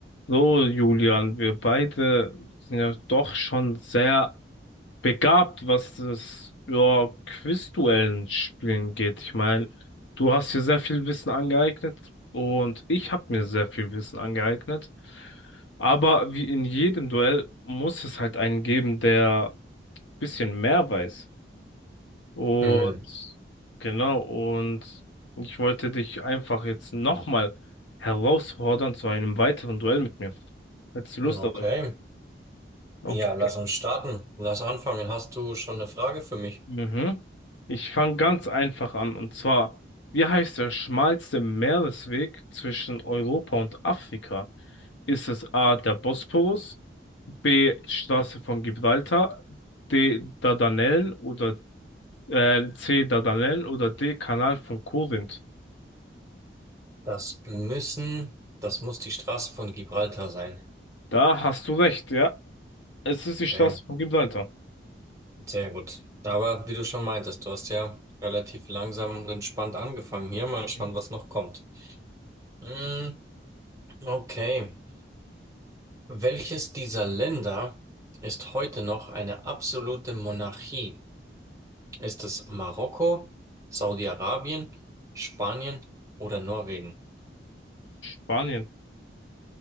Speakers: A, on the left; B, on the right.
A: So, Julian, wir beide sind ja doch schon sehr begabt, was das, ja, Quizduellen spielen geht. Ich meine, du hast dir sehr viel Wissen angeeignet und ich habe mir sehr viel Wissen angeeignet. Aber wie in jedem Duell muss es halt einen geben, der ein bisschen mehr weiß. Und
B: Mhm.
A: genau, und ich wollte dich einfach jetzt nochmal herausfordern zu einem weiteren Duell mit mir. Hättest du Lust
B: Okay.
A: darauf? Okay.
B: Ja, lass uns starten. Lass anfangen. Hast du schon eine Frage für mich?
A: Mhm. Ich fange ganz einfach an. Und zwar, wie heißt der schmalste Meeresweg zwischen Europa und Afrika? Ist es A, der Bosporus, B, Straße von Gibraltar, D, Dardanellen oder äh, C, Dardanellen oder D, Kanal von Korinth?
B: Das müssen, das muss die Straße von Gibraltar sein.
A: Da hast du recht, ja. Es ist die Straße
B: Okay.
A: von Gibraltar.
B: Sehr gut. Aber wie du schon meintest, du hast ja relativ langsam und entspannt angefangen. Hier mal
A: Mhm.
B: schauen, was noch kommt. Mm, okay. Welches dieser Länder ist heute noch eine absolute Monarchie? Ist es Marokko, Saudi-Arabien, Spanien oder Norwegen?
A: Spanien,